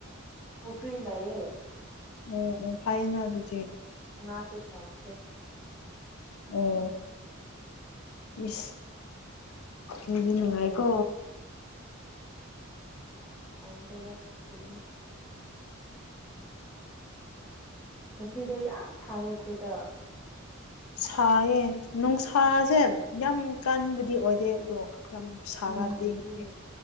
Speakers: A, on the left; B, on the left.
A: ꯀ꯭ꯔꯤ ꯂꯩꯌꯦ
B: ꯑꯣ ꯑꯣ ꯐꯩꯅ ꯑꯗꯨꯗꯤ
A: ꯉꯥꯁꯨ ꯊꯝꯈ꯭ꯔꯦ
B: ꯑꯣ ꯏꯁ ꯃꯤꯗꯤ ꯅꯨꯉꯥꯏꯀꯣ
A: <inaudible> ꯈꯪꯗ꯭ꯔꯦꯗ ꯀ꯭ꯔꯤꯅꯣ ꯉꯁꯤꯗꯣ ꯌꯥꯝ ꯁꯥꯏꯌꯦ ꯑꯩꯈꯣꯏꯗ
B: ꯁꯥꯥꯏꯌꯦ ꯅꯨꯡꯁꯥꯁꯦ ꯌꯥꯝ ꯀꯟꯕꯗꯤ ꯑꯣꯏꯗꯦ ꯑꯗꯣ ꯌꯥꯝ ꯁꯥꯒꯠꯂꯤꯅꯦ
A: ꯎꯝ ꯑꯗꯨꯅꯦ